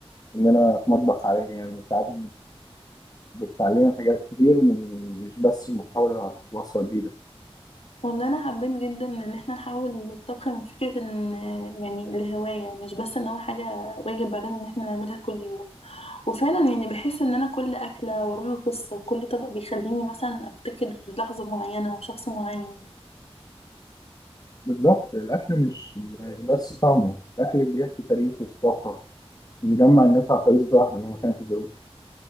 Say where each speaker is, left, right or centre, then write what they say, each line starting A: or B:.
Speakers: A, on the left; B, on the left.
A: اننا في مطبخ عالمي يعني ساعات بتعلمنا حاجات كتير من مش بس محاولة وصفة جديدة
B: والله انا حبيت جدا ان احنا نحول الطبخ من فكره ان يعني لهوايه مش بس ان هو حاجه واجب علينا ان احنا نعملها كل يوم وفعلا يعني بحس ان انا كل اكله وراها قصه وكل طبق بيخليني مثلا افتكر لحظه معينه او شخص معين
A: بالظبط الأكل مش يعني بس طعمه الأكل بيحكي تاريخ وثقافة بيجمع الناس على خريطة واحدة مهما كانت الظروف